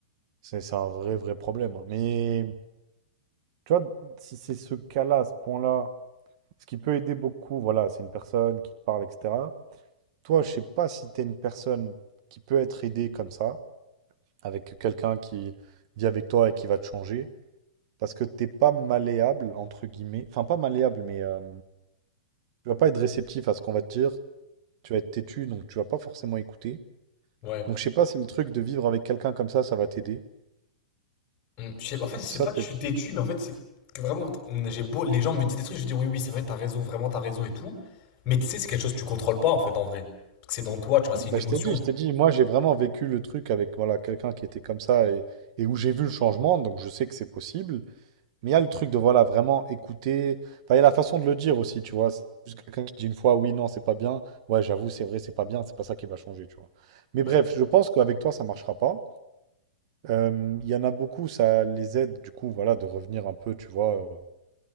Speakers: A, on the right; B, on the left.
A: C'est c'est un vrai, vrai problème. hein. Mais, tu vois, si c'est ce cas-là, ce point-là, ce qui peut aider beaucoup, voilà, c'est une personne qui te parle, etc. Toi, je sais pas si tu es une personne qui peut être aidée comme ça, avec quelqu'un qui vit avec toi et qui va te changer. Parce que t'es pas malléable, entre guillemets. Enfin, pas malléable, mais euh, tu vas pas être réceptif à ce qu'on va te dire. Tu vas être têtu, donc tu vas pas forcément écouter.
B: Ouais.
A: Donc, je sais pas si le truc de vivre avec quelqu'un comme ça, ça va t'aider.
B: Mm, je sais, en fait, c'est
A: Donc, ça,
B: pas
A: c'est.
B: que je suis têtu, mais en fait, c'est que vraiment, on, j'ai beau, les gens me disent des trucs, je dis, oui, oui, c'est vrai, t'as raison, vraiment, t'as raison et tout. Mais tu sais, c'est quelque chose que tu contrôles pas, en fait, en vrai. Parce que c'est dans toi, tu vois,
A: Ouais,
B: c'est
A: bah,
B: une émotion.
A: je t'ai dit, je t'ai dit, moi, j'ai vraiment vécu le truc avec voilà, quelqu'un qui était comme ça et, et où j'ai vu le changement, donc je sais que c'est possible. Mais il y a le truc de voilà, vraiment écouter. Enfin, il y a la façon de le dire aussi, tu vois. C'est Juste quelqu'un qui dit une fois, oui, non, c'est pas bien. Ouais, j'avoue, c'est vrai, c'est pas bien, c'est pas ça qui va changer, tu vois. Mais
B: Ouais.
A: bref, je pense qu'avec toi, ça marchera pas. Euh, Il y en a beaucoup, ça les aide du coup, voilà, de revenir un peu, tu vois,